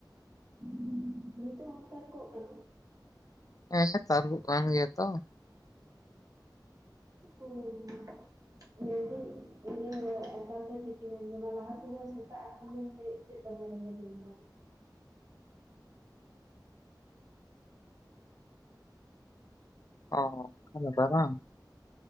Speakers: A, on the right (about 50°); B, on the left (about 50°).
A: <inaudible> ᱱᱤᱛᱚᱜ ᱦᱚᱸ ᱛᱟᱨᱠᱚᱜ-ᱟ ᱠᱟᱱᱟ
B: ᱦᱮᱸ ᱛᱟᱨᱠᱚᱜ ᱠᱟᱱ ᱜᱮᱭᱟ ᱛᱚ
A: <unintelligible> ᱢᱮᱱᱫᱤᱧ ᱤᱧ ᱫᱩᱧ ᱫᱚᱦᱚᱭᱮᱫ ᱮᱠᱷᱟᱱ ᱟᱢ ᱢᱟ ᱛᱤᱠᱤᱱᱮᱢ ᱡᱚᱢᱟ, ᱞᱟᱦᱟ ᱛᱮᱦᱚᱸ ᱥᱮᱛᱟᱜ ᱟᱠᱷᱟᱱ ᱜᱮ ᱞᱟᱹᱭᱮᱫ ᱛᱟᱦᱮᱸᱫ ᱫᱚᱢᱮ ᱨᱮᱸᱜᱮᱡᱤᱧ ᱠᱟᱱᱟ
B: <inaudible> ᱚ ᱚᱱᱠᱟ ᱞᱮᱠᱟ ᱵᱟᱝ